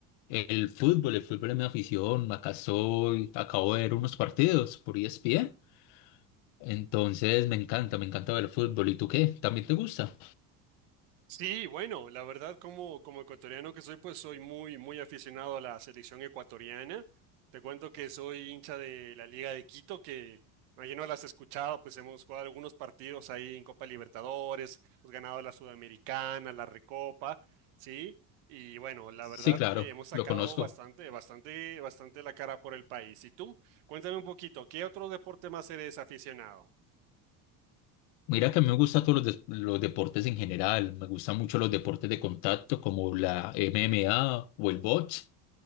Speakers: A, on the left; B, on the right.
A: el fútbol, el fútbol es mi afición. Acá estoy, acabo de ver unos partidos por ESPN. Entonces me encanta, me encanta ver el fútbol. ¿Y tú qué? ¿También te gusta?
B: Sí, bueno, la verdad como, como ecuatoriano que soy, pues soy muy, muy aficionado a la selección ecuatoriana. Te cuento que soy hincha de la Liga de Quito, que imagino las has escuchado, pues hemos jugado algunos partidos ahí en Copa Libertadores, hemos ganado la Sudamericana, la Recopa, ¿sí? Y bueno, la
A: Sí,
B: verdad
A: claro,
B: eh, hemos sacado
A: lo conozco.
B: bastante, bastante, bastante la cara por el país. ¿Y tú? Cuéntame un poquito, ¿qué otro deporte más eres aficionado?
A: Mira que a mí me gustan todos los, des- los deportes en general. Me gustan mucho los deportes de contacto como la MMA o el box.